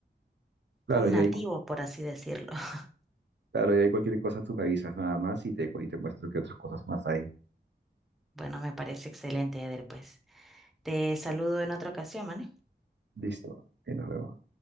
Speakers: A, on the right; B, in the centre.
A: Claro,
B: Un
A: y
B: nativo,
A: ahí,
B: por así decirlo. <laughs>
A: claro, y ahí cualquier cosa tú me avisas nada más y te, y te muestro qué otras cosas más hay.
B: Bueno, me parece excelente, Eder, pues. Te saludo en otra ocasión, ¿vale?
A: Listo, y nos vemos.